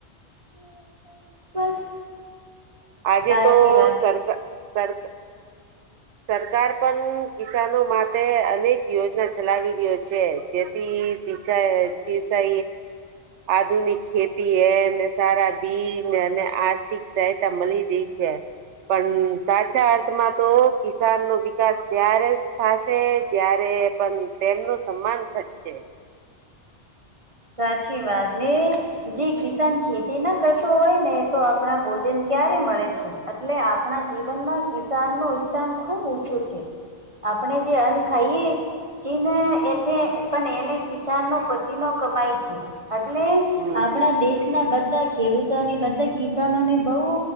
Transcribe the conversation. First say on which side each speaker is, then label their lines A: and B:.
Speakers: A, on the right; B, on the right.
A: <unintelligible>
B: આજે
A: સાચી
B: તો સરક સરક
A: હમ
B: સરકાર પણ કિસાનો માટે અનેક યોજના ચલાવી રહ્યો છે. જેથી સિચ ચીસ એ આધુનિક ખેતી એ સારા બીજ અને આર્થિક સહ મલી રહી છે પણ સાચા અર્થમાં તો કિસાન નો વિકાસ ત્યારે થશે ત્યારે પણ તેમનું સન્માન થ જશે.
A: સાચી વાત ને જી કિસાન ખેતી. તેના કરતો હોય ને તો આપણાં ભોજન ક્યારે મળે છે. એટલે આપણા જીવનમાં કિસાન નું સ્થાન ખુબ ઓછું છે. આપણે જે અન ખાઈએ ચીન એઠ પણ એને કિસાન નો પસીનો કમાય છે. એટલે
B: હમ
A: આપણા દેશના બધા ખેડૂતોની બધા કિસાનોની બહુ